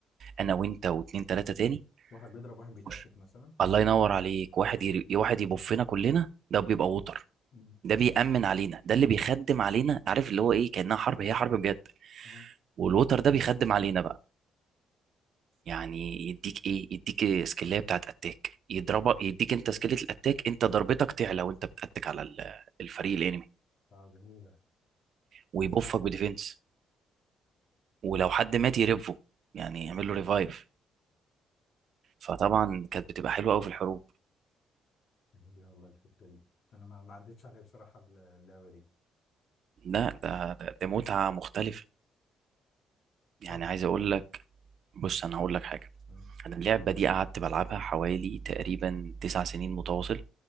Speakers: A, on the right (about 60°); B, on the left (about 65°).
A: انا وانت واتنين تلاته تاني
B: واحد بيضرب واحد بيتكتك
A: خش
B: مثلا
A: الله ينور عليك واحد ير... واحد يبفنا كلنا ده بيبقى ووتر
B: مم.
A: ده بيأمن علينا ده اللي بيخدم علينا عارف اللي هو ايه كأنها حرب هي حرب بجد
B: اه
A: والووتر ده بيخدم علينا بقى يعني يديك ايه يديك سكيلية بتاعت اتاك يضربك يديك انت سكيلة الاتاك انت ضربتك تعلى وانت بتاتك على ال- الفريق الانمي
B: اه جميله
A: ويبوفك بديفنس ولو حد مات يرفه يعني يعمل له ريفايف فطبعا كانت بتبقى حلوه قوي في الحروب
B: جميلة والله الفكرة دي أنا ما ما عدتش عليا بصراحة اللعبة دي
A: لا ده ده ده متعة مختلفة يعني
B: طب
A: عايز اقول لك بص انا هقول لك حاجة
B: مم.
A: انا اللعبة دي قعدت بلعبها حوالي تقريبا تسع سنين متواصل